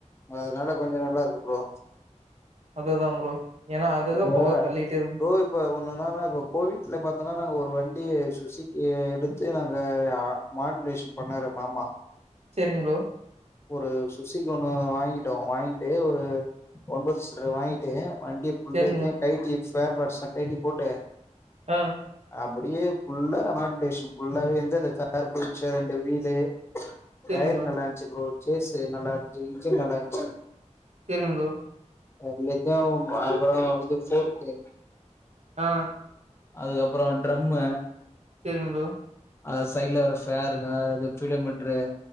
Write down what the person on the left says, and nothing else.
அதனால கொஞ்சொ நல்லாருக்கு ப்ரோ
இப்பா
ப்ரோ இப்பொ ஒண்ணுனானா இப்பொ கோவிட்ல பாத்தோனா நாங்க ஒரு வண்டி சுசிக் கிய எடுத்து நாங்க மாடுலேஷன் பண்ணாரு மாமா
ஒரு சுசிக் ஒண்ணு வாங்கிட்டோ வாங்கிட்டு ஒரு <unintelligible> வாங்கிட்டு வண்டிய
<unintelligible> கயட்டி ஸ்பேர்பார்ட்ஸ்லா கயட்டி போட்டு
அப்புடியே ஃபுல்லா மாடுலேஷன் ஃபுல்லாவே எந்தெந்த ஃபேர் போய்ச்சோ ரெண்டு வீலு
டயரு
நல்லாயிஞ்சி ப்ரோ ச்சேசு நல்லாயிருஞ்சு இன்ஜின் நல்லாயிருந்துச்சு
<unintelligible> இது ஃபோர்க்கு
அதுக்கப்ற ட்ரம்மு
ஆ சைட்ல ஒரு ஃபேருங்க இது ஃபீடோ மீட்ரு